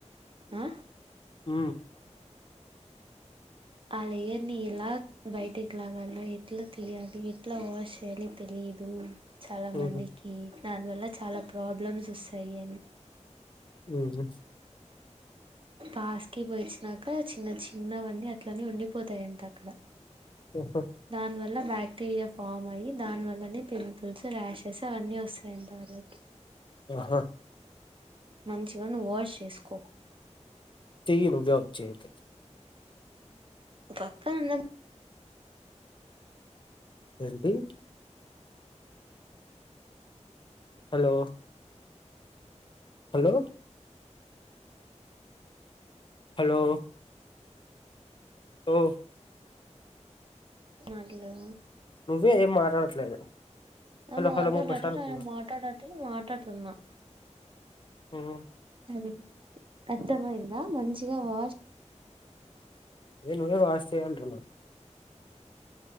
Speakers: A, on the right (about 45°); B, on the left (about 45°).
A: ఆ
B: ఉ
A: ఆ లేయర్ని ఎలా బయటికి లాగాన్నా ఎట్లా తీయాలి ఎట్లా వాష్ చేయాలి తెలియ తెలీదు చాలా
B: ఉమ్
A: మందికి దాని వల్ల చాలా ప్రాబ్లమ్స్ వస్తాయి అని
B: ఊహు
A: పాస్ కి పోయిచ్చినాక చిన్న చిన్నవన్నీ అట్లనే ఉండిపోతాయంట అక్కడ
B: ఓహో
A: దాని వల్ల బాక్టీరియా ఫామ్ అయ్యి దాని వల్లనే పింపుల్స్ ర్యొషెస్ అవన్నీ వస్తాయంట వాళ్లకి
B: ఆహా
A: మంచిగా నువ్వు వాష్ చేసుకో
B: చెయ్యి నువ్వే వచ్చి అయితే
A: నువ్ పక్కనున్యమ్
B: ఏంటి హలో హలో హలో ఓ
A: మాట్లాడు
B: నువ్వే ఏం మాట్లాడట్లేదు
A: ఆ
B: హలో
A: మాటాడట
B: హలో ముప్పై సార్లు అంటున్నావ్
A: మాట్డట మాటాడుతుంన్నా
B: మ్మ్
A: అరే అర్థమైందా మంచిగా వాష్
B: అదే నువ్వే వాష్ చెయ్ అంటున్నా